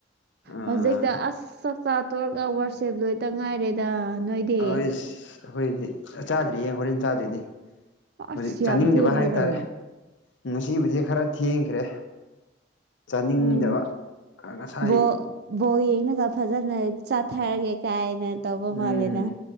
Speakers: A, on the left (about 75°); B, on the right (about 55°).
A: ꯑꯥ
B: ꯍꯧꯖꯤꯛꯇ ꯑꯁ ꯆꯥꯛꯆꯥ ꯇꯣꯛꯔꯒ ꯋꯥꯔꯁꯤꯞ ꯂꯣꯏꯇ ꯉꯥꯏꯔꯦꯗ ꯅꯣꯏꯗꯤ
A: ꯑꯩꯁ ꯑꯩꯈꯣꯏꯗꯤ ꯆꯥꯗ꯭ꯔꯤꯌꯦ ꯍꯣꯔꯦꯟ ꯆꯥꯗꯣꯏꯅꯦ
B: ꯑꯁ
A: ꯍꯧꯖꯤꯛ
B: ꯌꯥꯝ
A: ꯆꯥꯅꯤꯡꯗꯕ
B: ꯊꯦꯡꯉꯦ
A: ꯍꯥꯏꯇꯥꯔꯦ
B: ꯀꯩꯅꯣ
A: ꯉꯁꯤꯕꯨꯗꯤ ꯈꯔ ꯊꯦꯡꯈ꯭ꯔꯦ꯫ ꯆꯥꯅꯤꯡꯗꯕ
B: ꯎꯝ
A: ꯑ ꯉꯁꯥꯏ
B: ꯕꯣꯜ ꯕꯣꯜ ꯌꯦꯡꯉꯒ ꯐꯖꯅ ꯆꯥꯊꯔꯒꯦ ꯀꯥꯏꯅ ꯇꯧꯕ
A: ꯎꯝ
B: ꯃꯥꯜꯂꯦꯅ